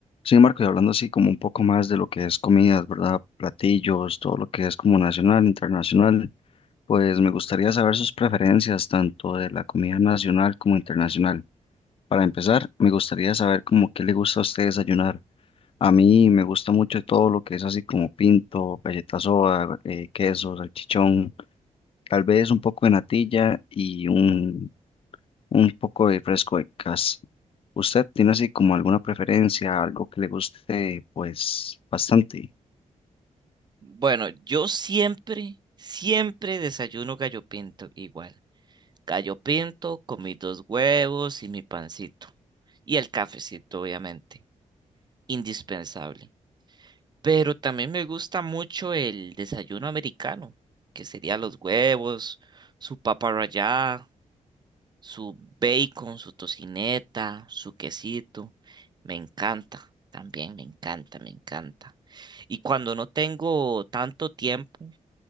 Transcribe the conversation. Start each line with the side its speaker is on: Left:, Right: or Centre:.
Left: Sí, Marco, y hablando así como un poco más de lo que es comidas, ¿verdad? Platillos, todo lo que es como nacional, internacional, pues me gustaría saber sus preferencias tanto de la comida nacional como internacional. Para empezar, me gustaría saber como qué le gusta a usted desayunar. A mí me gusta mucho todo lo que es así como pinto, galletas soda, eh, queso, salchichón, tal vez un poco de natilla y un, un poco de fresco de cas. ¿Usted tiene así como alguna preferencia, algo que le guste, pues bastante?
Right: Bueno, yo siempre, siempre desayuno gallo pinto igual. Gallo pinto con mis dos huevos y mi pancito. Y el cafecito, obviamente. Indispensable. Pero también me gusta mucho el desayuno americano, que sería los huevos, su papa rallada, su bacon, su tocineta, su quesito. Me encanta, también me encanta, me encanta. Y cuando no tengo tanto tiempo,